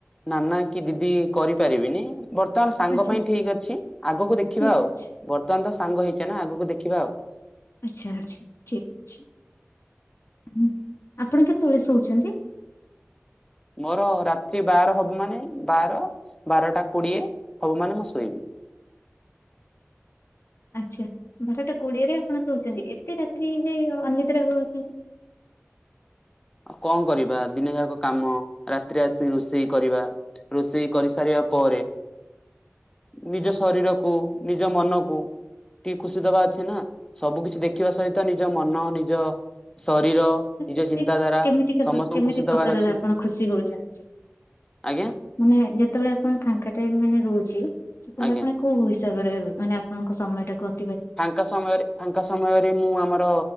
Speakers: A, on the left; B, on the left.
A: ନାନା କି ଦିଦି କରି ପାରିବିନି। ବର୍ତ୍ତମାନ ସାଙ୍ଗ
B: ଆଚ୍ଛା
A: ପାଇଁ ଠିକ ଅଛି ଆଗକୁ ଦେଖିବା
B: ଠିକ
A: ଆଉ
B: ଅଛି
A: ବର୍ତ୍ତମାନ ତ ସାଙ୍ଗ ହେଇଛ ନା ଆଗକୁ ଦେଖିବା ଆଉ।
B: ଆଚ୍ଛା ଆଚ୍ଛା ଠିକ୍ ଅଛି ଆପଣ କେତେବେଳେ ଶୋଉଛନ୍ତି।
A: ମୋର ରାତି ବାର ହବ ମାନେ ବାର ବାରଟା କୋଡିଏ ହବ ମାନେ ମୁଁ ଶୋଇବି।
B: ଆଚ୍ଛା ବାରଟା କୋଡିଏରେ ଆପଣ ଶୋଉଛନ୍ତି ଏତେ ରାତ୍ରି ରେ ଅନିଦ୍ରା ହଉଛନ୍ତି।
A: ଆଉ କଁ କରିବା ଦିନ ଯାକ କାମ ରାତିରେ ଆସିିକି ରୋଷେଇ କରିବା। ରୋଷେଇ କରି ସାରିବା ପରେ। ନିଜ ଶରୀରକୁ ନିଜ ମନକୁ। ଟିକେ ଖୁସି ଦବା ଅଛି ନା ସବୁ କିଛି ଦେଖିବା ସହିତ ନିଜ ମନ ନିଜ ଶରୀର।
B: ମାନେ
A: ନିଜ
B: ଖୁସି
A: ଚିନ୍ତାଧାରା
B: କେମିତିକା
A: ସମସ୍ତଙ୍କୁ
B: କେମିତି
A: ଖୁସି ଦବାର
B: ପ୍ରକାରର
A: ଅଛି ନା
B: ଆପଣ ଖୁସି ହଉଛନ୍ତି।
A: ଆଜ୍ଞା
B: ମାନେ ଯେତେବେଳେ ଆପଣ ଫାଙ୍କା ଟାଇମ ମାନେ ରହୁଛି ସେତେ ବେଳେ
A: ଆଜ୍ଞା
B: ଆପଣ। କୋଉ ହିସାବ ରେ ମାନେ ଆପଣଙ୍କ ସମୟଟା କୁ ଅ
A: ଫାଙ୍କା ସମୟରେ ଫାଙ୍କା ସମୟରେ ମୁଁ ଆମର